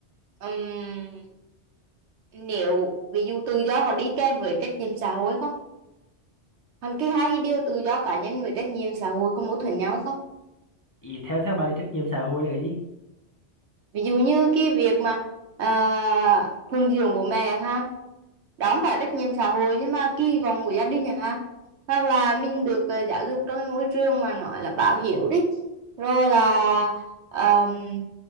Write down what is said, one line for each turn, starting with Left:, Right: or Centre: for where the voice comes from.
Right: ừm, nếu ví dụ tự do có đi kèm với trách nhiệm xã hội không còn cái hai điều tự do cá nhân với trách nhiệm xã hội có mâu thuẫn nhau hay không
Left: ý theo theo bạn thì trách nhiệm xã hội là cái gì
Right: ví dụ như cái việc mà à, phụng dưỡng bố mẹ chẳng hạn đó không phải trách nhiệm xã hội nhưng mà kỳ vọng của gia đình chẳng hạn hoặc là mình được ờ, giáo dục trong cái môi trường mà nói là báo hiếu đi rồi là ờm,